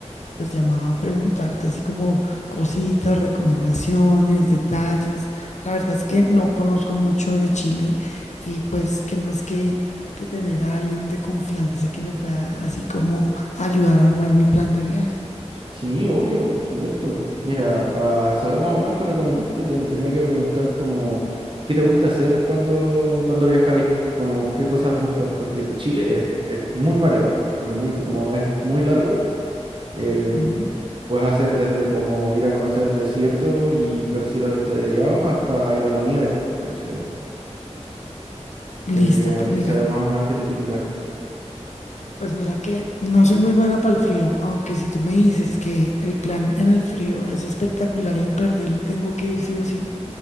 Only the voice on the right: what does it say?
Sí, obvio, por supuesto. Mira, para saber más o menos qué recomendarte, te tenía que preguntar como qué te gusta hacer cuando, cuando viajáis, como qué cosas buscas, porque Chile es, es muy variado, es muy, como es muy largo, em,
puedes hacer desde como ir a conocer desiertos y ver cielos estrellados hasta ir a la nieve. Entonces,
tendría
que
saber más o menos qué te tinca.